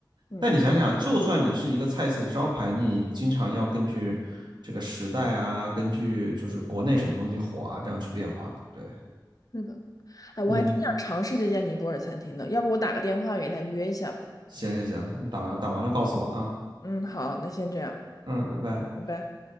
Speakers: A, on the left (about 50°); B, on the right (about 70°).
A: 嗯，
B: 但你想想，就算你是一个菜系的招牌，你经常要根据这个时代啊，根据就是国内什么东西火啊，这样去变化，对不对？
A: 是的。哎，我还挺想尝试这家尼泊尔餐厅的，
B: 你你
A: 要不我打个电话给他约一下吧。
B: 行行行，你打了打完了告诉我啊，
A: 嗯，好，那先这样，
B: 嗯，拜拜。
A: 拜拜。